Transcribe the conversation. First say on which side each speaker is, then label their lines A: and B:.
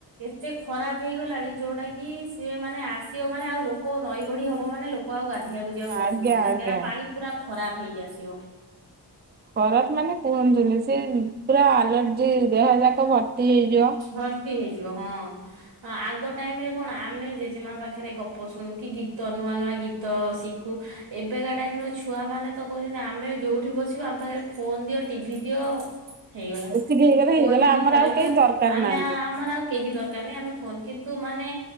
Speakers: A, on the right; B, on the right.
A: ଏତେ ଖରାପ ହେଇଗଲାଣି ଯୋଉଟା କି ସିଏ ମାନେ ଆସିବ ମାନେ ମାନେ ଆଉ ଲୋକ ନଈ ବଢି ହବ ମାନେ ଲୋକ ଆଉ ଗାଧୋଇବାକୁ ଯିବାକୁ ପସନ୍ଦ
B: ଆଜ୍ଞା
A: କରୁନାହାନ୍ତି।
B: ଆଜ୍ଞା।
A: କାହିଁକନା ପାଣି ପୁରା ଖରାପ ହେଇକି ଆସୁ ଇବ
B: ଖରାପ ମାନେ କୁହନ୍ତୁନି ସେ ପୁରା ଆଲର୍ଜି ଦେହ ଯାକ ଭ ତି ହେଇଯିବ।
A: ଭର୍ତ୍ତି ହେଇଯିବ ହଁ ଆଗ ଟାଇମ ରେ କଣ ଆମେ ଜେଜେମା ପାଖରେ ଗପ ଶୁଣୁ କି ଗୀତ ନୂଆ ନୂଆ ଗୀତ ଶିଖୁ ଏବେକା ଟାଇମ ର ଛୁଆ ମାନେ ତ କହୁଛନ୍ତି ଆମେ ଯୋଉଠି ବସିବୁ ଆମ ପାଖରେ ଫୋ ଫନ ଦିଅ ଟିଭି ଦିଅ ହେଇଗଲା
B: ଏତିକି ହେଇଗଲେ
A: ଫୋନ
B: ହେଇଗଲା
A: ଟିଭି
B: ଆମର
A: ଧରେଇ
B: ଆଉ କେହି
A: ଦିଅ
B: ଦରକାର
A: ଆମେ
B: ନାହାନ୍ତି
A: ଆମର ଆଉ କେହି ଦରକାର ନାହିଁ ଆମେ ଫୋନ କିନ୍ତୁ ମାନେ